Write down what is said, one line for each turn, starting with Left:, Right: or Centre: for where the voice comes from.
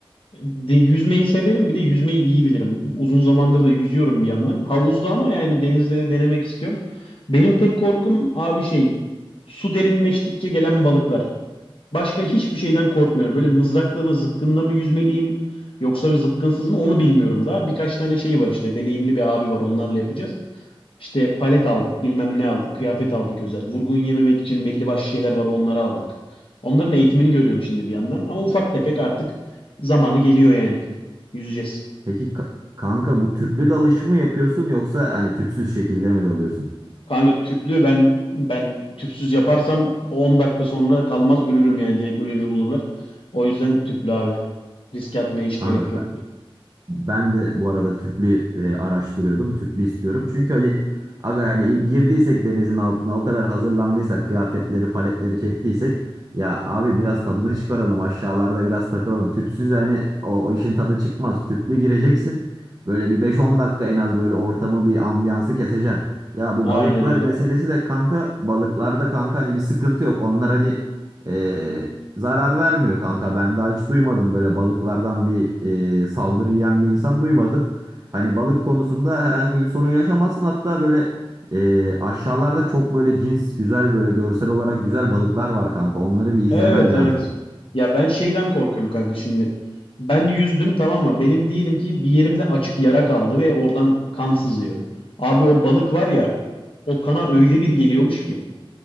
Left: De, yüzmeyi severim bir de yüzmeyi iyi bilirim. Uzun zamandır da yüzüyorum bir yandan. Havuzda ama yani denizde de denemek istiyorum. Benim tek korkum abi şey su derinleştikçe gelen balıklar. Başka hiçbir şeyden korkmuyorum. Böyle mızrakla mı zıpkınla mı yüzmeliyim yoksa bir zıpkınsız mı onu bilmiyorum daha. Birkaç tane şey var işte deneyimli bir abi var onlarla yapacağız. İşte palet aldık, bilmem ne aldık, kıyafet aldık özel. Vurgun yememek için belli başlı şeyler var, onları aldık. Onların eğitimini görüyorum şimdi bir yandan. Ama ufak tefek artık zamanı geliyor yani. Yüzeceğiz.
Right: Peki ka- kanka bu tüplü dalış mı yapıyorsun yoksa hani tüpsüz şekilde mi dalıyorsun?
Left: Kanka tüplü ben ben tüpsüz yaparsam 10 dakika sonra kalmaz ölürüm yani direkt ölümü bulurlar. O yüzden tüplü abi. Risk atmaya hiç
Right: Kanka
Left: gerek yok.
Right: ben, Ben de bu arada tüplü e, araştırıyordum. Tüplü istiyorum. Çünkü hani aga yani girdiysek denizin altına o kadar hazırlandıysak kıyafetleri paletleri çektiysek ya abi biraz tadını çıkaralım aşağılarda biraz takılalım. Tüpsüz yani o, o işin tadı çıkmaz. Tüplü gireceksin. Böyle bir beş on dakika en az böyle ortamı bir ambiyansı keseceksin. Ya bu
Left: Aynen
Right: balıklar
Left: öyle.
Right: meselesi de kanka balıklarda kanka hani bir sıkıntı yok. Onlar hani e, Zarar vermiyor kanka. Ben daha hiç duymadım böyle balıklardan bir e, saldırı yiyen bir insan duymadım. Hani balık konusunda herhangi bir sorun yaşamazsın. Hatta böyle e, aşağılarda çok böyle cins güzel böyle görsel olarak güzel balıklar var kanka. Onları bir
Left: Evet
Right: izlemen
Left: evet.
Right: lazım.
Left: Ya ben şeyden korkuyorum kanka şimdi. Ben yüzdüm tamam mı? Benim diyelim ki bir yerimde açık yara kaldı ve oradan kan sızıyor. Abi o balık var ya o kana öyle bir geliyormuş ki.